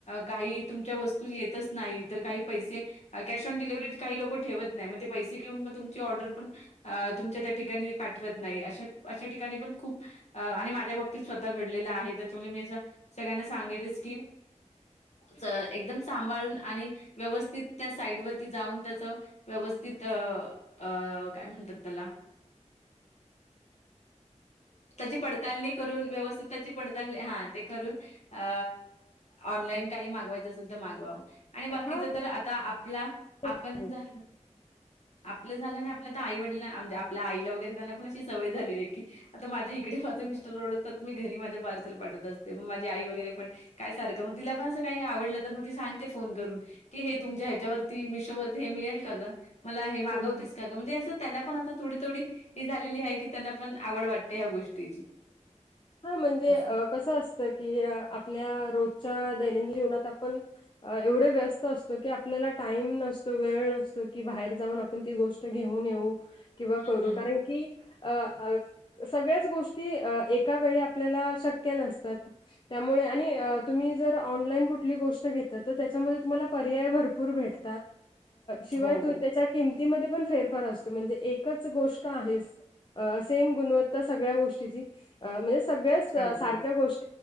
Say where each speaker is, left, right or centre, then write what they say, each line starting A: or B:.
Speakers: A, on the left (about 60°); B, on the left (about 40°).
A: काही तुमच्या वस्तू येतच नाही तर काही पैसे कॅश ऑन डिलिव्हरी काही लोक ठेवत नाही मग ते पैसे घेऊन मग तुमची ऑर्डर पण अ तुमच्या त्या ठिकाणी पाठवत नाही अश्या अश्या ठिकाणी पण खूप अ आणि माझ्या बाबतीत स्वतः घडलेला आहे त्याच्यामुळे मी असं सगळ्यांना सांगेलच की च एकदम सांभाळून आणि व्यवस्थित त्या साईड वरती जाऊन त्याच व्यवस्थित अ, अ काय म्हणतात त्याला
B: <inaudible>
A: त्याची पडताळणी करून व्यवस्थित त्याची पडताळणी हा करून अ ऑनलाईन काही मागवायच असेल तर मागवावं आणि बाकीच
B: हा
A: तर आता आपला
B: तेच
A: आपण
B: आहेत.
A: झा आपलं झालं ना आपल्या तर आई वडला म्हणजे आपल्या आईला वगैरे त्यांना पण अशी सवय झाली आहे की आता माझ्या इकडे माझं मिस्टर ओरडतात तर मी घरी माझं पार्सल पाठवत असते मग माझी आई वगैरे पण काय सारखं मग तिला पण असं काही आवडलं तर मग ती सांगते फोन करून की हे तुमच्या ह्याच्यावरती मिशोवरती हे मिळेल का ग मला हे मागवतेस
B: हं.
A: का ग म्हणजे असं त्यांना पण आता थोडी थोडी ही झालेली आहे की त्यांना पण आवड वाटते ह्या गोष्टीची
B: हा म्हणजे
A: असं.
B: अ कसं असतं की आपल्या रोजच्या दैनंदिन जीवनात आपण एवढे व्यस्त असतो की आपल्याला टाईम नसतो वेळ नसतो की बाहेर जाऊन आपण ती गोष्ट ते घेऊन येऊ किंवा
A: हं.
B: करू कारण की अ अ सगळ्याच गोष्टी अ एक एका वेळी आपल्याला शक्य नसतात त्यामुळे आणि तुम्ही जर ऑनलाईन कुठली गोष्ट घेत तर त्याच्यामध्ये तुम्हाला पर्याय भरपूर भेट शिवाय
A: हो,
B: तू त्याच्या किमतीमध्ये पण फेरफार असतो म्हणजे एकच गोष्ट आहेच अ सेम गुणवत्ता सगळ्या गोष्टीची म्हणजे सगळ्याच
A: अगदी.
B: सारख्या गोष्टी